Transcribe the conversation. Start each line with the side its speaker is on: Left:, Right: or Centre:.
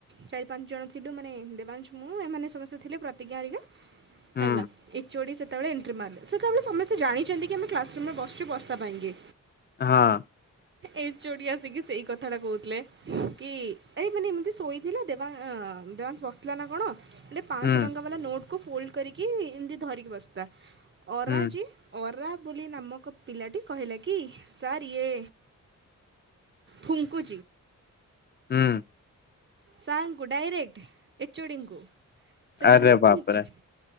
Right: ଚାରି ପାଞ୍ଚ ଜଣ ଥିଲୁ ମାନେ ଦେବାଂଶ ମୁଁ ଏମାନେ ସମସ୍ତେ ଥିଲେ ପ୍ରତିଜ୍ଞା ହେରିକା।
Left: ହୁଁ
Right: ହେଲା। ଏଚୋଡି ସେ ତାପରେ ଏଣ୍ଟ୍ରି ମାରିଲେ। ସେତବେଳେ ସମସ୍ତେ ଜାଣିଚନ୍ତି କି ଆମେ କ୍ଲାସରୁୁମ୍ ରେ ବସିଚୁ ବର୍ଷା ପାଇଁକି।
Left: ହଁ।
Right: ଏଚ୍ଓଡ଼ି ଆସିକି ସେଇ କଥା ଟା କହୁ, କି ଆରେ ଶୋଇ ଦେବା ଦେବାଂଶ୍ ବସ୍ ଥିଲା ନା କ'ଣ? ପାଆନ୍ସ
Left: ହୁଁ
Right: ଟଙ୍କା ବାଲା ନୋଟ୍ କୁ ଫୋଲ୍ଡ କରିକି, ଧରିକି ବସି ଅରାଜି
Left: ହୁଁ
Right: ଅରା ବୋଲି ନାମକ ପିଲାଟି କହିଲା, କି ସାର୍ ଇଏ ଫୁଙ୍କୁ
Left: ହୁଁ
Right: ସା---ଙ୍କୁ ଡାଇରେ ଏଚୋଡ଼ିଙ୍କୁ ସେ
Left: ଆରେ
Right: କହିଲେ
Left: ବାପରେ।
Right: ଫୁଙ୍କୁଚି।